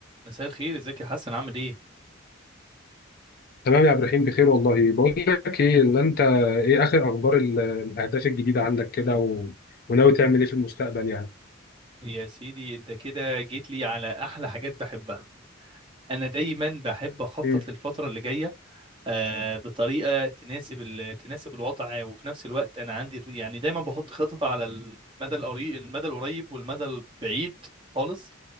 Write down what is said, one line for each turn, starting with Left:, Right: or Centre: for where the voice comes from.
Right: مساء الخير ازيك يا حسن عامل ايه
Left: تمام يا عبد الرحيم بخير والله بقول لك ايه اللي انت ايه اخر اخبار ال- الاهداف الجديده عندك كده و... وناوي تعمل ايه في المستقبل يعني
Right: يا سيدي انت كده جيت لي على احلى حاجات بحبها انا دايما بحب اخطط
Left: مم.
Right: للفتره اللي جايه آه بطريقه تناسب ال... تناسب الوضع وفي نفس الوقت انا عندي يعني دايما بحط خطط على المدى القريب المدى القريب والمدى البعيد خالص